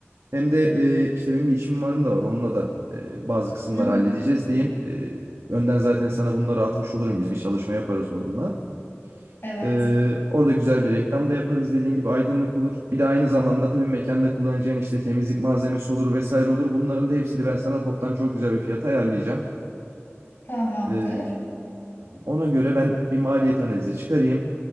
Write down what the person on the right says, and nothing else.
Hem de e, işte benim bir işim mimarım da var. Onunla da e, bazı kısımları
halledeceğiz diyeyim. E, önden zaten sana bunları atmış olurum. Biz bir çalışma yaparız onunla.
Ee, orada güzel bir reklam da yaparız dediğin gibi aydınlık olur. Bir de aynı zamanda tabii mekanda kullanacağın işte temizlik malzemesi olur vesaire olur. Bunların da hepsini ben sana toptan çok güzel bir fiyata ayarlayacağım.
Ee, ona göre ben bir maliyet analizi çıkarayım.